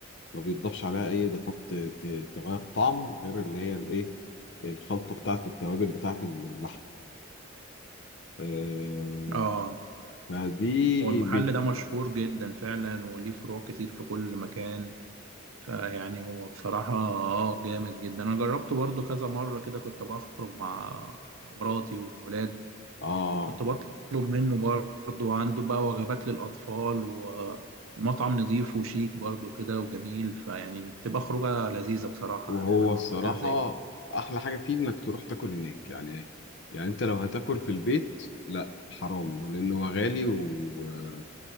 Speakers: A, on the left (about 55°); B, on the right (about 85°).
A: ما بيتضافش عليها اي اضافات ت- ت- تغير الطعم غير اللي هي الايه الخلطه بتاعه التوابل بتاعه اللحمه آه،
B: اه
A: فدي
B: هو المحل
A: بت...
B: ده مشهور جدا فعلا وليه فروع كتير في كل مكان فيعني هو بصراحة اه جامد جدا انا جربته برضو كذا مرة كده كنت بخرج مع مراتي والولاد
A: اه
B: وكنت بطلب منه برضو عنده بقى وجبات للأطفال والمطعم نظيف وشيك برضو كده وجميل فيعني بتبقى خروجة لذيذة بصراحة
A: وهو
B: ان احنا نروح
A: الصراحه
B: مكان زي كده
A: احلى حاجه فيه انك تروح تاكل هناك يعني يعني انت لو هتاكل في البيت لا حرام لانه هو غالي و...